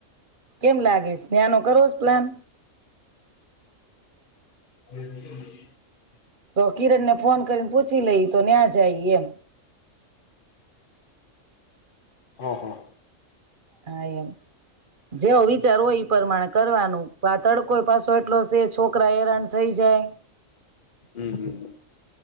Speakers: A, on the right (about 45°); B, on the left (about 40°).
A: કેમ લાગે સે યાનો કરોસ પ્લાન.
B: <unintelligible>
A: તો કિરણ ને ફોન કરીને પૂછી લઈ તો ન્યાં જાય એમ.
B: હા હા.
A: હા એમ જેવો વિચાર હોય એ પ્રમાણે કરવાનું આ તડકો પાછો એટલો છે છોકરા હેરાન થઈ જાય
B: હમ હમ